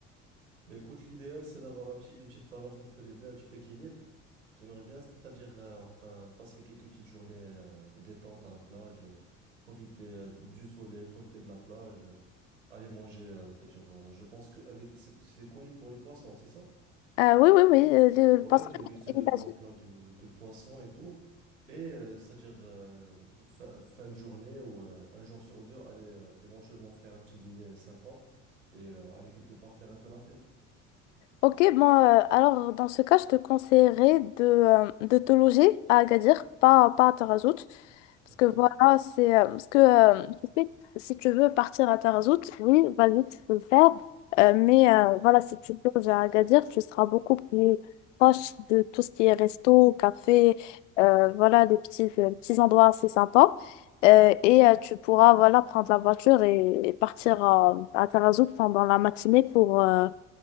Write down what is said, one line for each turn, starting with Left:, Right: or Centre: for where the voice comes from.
Right: Mais écoute, l'idéal, c'est d'avoir un petit, une petite balance entre les deux, un petit équilibre. J'aimerais bien, c'est-à-dire, euh, enfin, passer quelques petites journées euh, détente à la plage et profiter euh, du soleil, profiter de la plage, euh, aller manger. euh, c'est-à-dire, euh, je pense que Agadir, c'est co- c'est connu pour le poisson, c'est ça?
Left: Euh, oui, oui, oui, euh, le,
Right: Ouais,
Left: le passeport
Right: déguster
Left: est
Right: de
Left: établi.
Right: bons plats de, de poisson et tout. Et euh, c'est-à-dire, euh, fin, fin de journée ou euh, un jour sur deux, aller euh, éventuellement faire un petit dîner sympa et euh, aller quelque part faire un peu la fête.
Left: Ok, bon, euh, alors dans ce cas, je te conseillerais de, euh, de te loger à Agadir, pas, pas à Tarazout. Parce
Right: D'accord?
Left: que voilà, c'est. euh, parce que euh, tu sais, si tu veux partir à Tarazout, oui, vas-y, tu peux le faire. Euh, mais euh, voilà, si tu te loges à Agadir, tu seras beaucoup plus proche de tout ce qui est resto, café, euh, voilà, des petits, des petits endroits assez sympas. Euh, et euh, tu pourras voilà, prendre la voiture et, et partir à, à Tarazout pendant la matinée pour. euh,